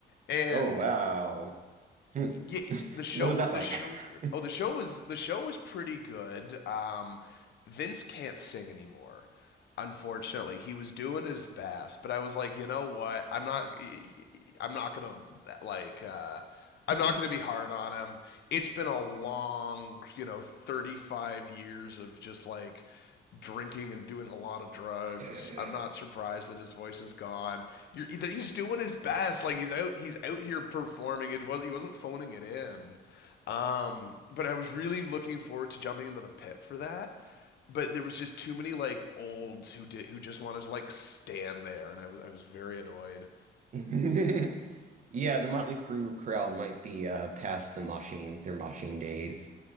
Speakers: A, on the left; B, on the right.
A: and
B: Oh wow. Hmm.
A: yeah, the show
B: What was that
A: the
B: like?
A: show was
B: <laughs>
A: great. Oh, the show was the show was pretty good. Um, Vince can't sing anymore. Unfortunately, he was doing his best, but I was like, you know what? I'm not I'm not gonna like uh, I'm not gonna be hard on him. It's been a long, you know, 35 years of just like drinking and doing a lot of drugs.
B: Yeah.
A: I'm not surprised that his voice is gone. You're he's doing his best, like he's out he's out here performing. It was he wasn't phoning it in. Um, but I was really looking forward to jumping into the pit for that. But there was just too many like olds who did who just wanted to like stand there, and I was I was very annoyed.
B: <laughs> Yeah, the Motley Crue crowd might be uh, past the moshing, their moshing days.